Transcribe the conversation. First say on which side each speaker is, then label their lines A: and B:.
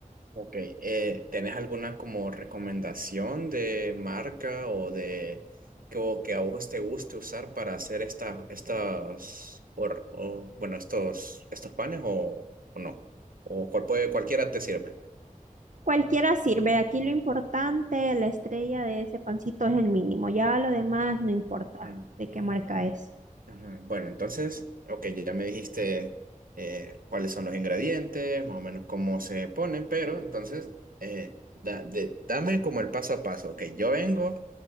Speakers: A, on the right; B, on the right.
A: Ok, eh, ¿tenés alguna como recomendación de marca o de que, o que a vos te guste usar para hacer esta, estas, or- o, bueno, estos, estos panes o, o no? ¿O cual puede, cualquiera te sirve?
B: Cualquiera sirve. Aquí lo importante, la estrella de ese pancito es el mínimo. Ya lo demás no importa
A: Ujú,
B: de qué marca es.
A: ujú. Bueno, entonces, ok, ya me dijiste eh, cuáles son los ingredientes, más o menos cómo se ponen, pero entonces, eh, da- de- dame como el paso a paso, ok, yo vengo.